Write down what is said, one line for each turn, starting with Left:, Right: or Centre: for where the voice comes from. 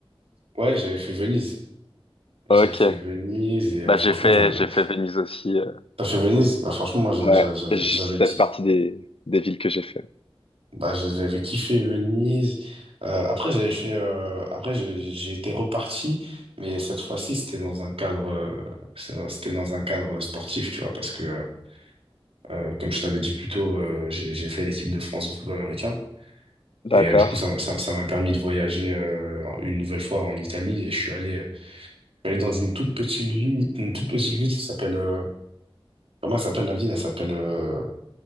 Right: ouais, j'avais fait Venise. J'avais
Left: Ok.
Right: fait Venise et euh,
Left: Bah
Right: franchement,
Left: j'ai fait
Right: j'avais.
Left: j'ai fait Venise aussi. euh.
Right: T'as fait Venise? Bah, franchement, moi, j'a-
Left: Ouais,
Right: j'a- j'avais
Left: je-
Right: j'avais
Left: ça
Right: kiffé.
Left: fait partie des, des villes que j'ai fait.
Right: Bah, j'avais kiffé Venise. Euh, après, j'avais fait. euh, après, j'ai j'ai été reparti, mais cette fois-ci, c'était dans un cadre. euh, c'est- c'était dans un cadre sportif, tu vois, parce que, euh, comme je t'avais dit plus tôt, euh, j'ai j'ai fait l'équipe de France de football américain.
Left: D'accord.
Right: Et euh, du coup, ça m'a ça- ça m'a permis de voyager euh, une nouvelle fois en Italie. Et je suis allé, euh, je suis allé dans une toute petite ville, une toute petite ville qui s'appelle. euh, comment elle s'appelle la ville? Elle s'appelle. euh,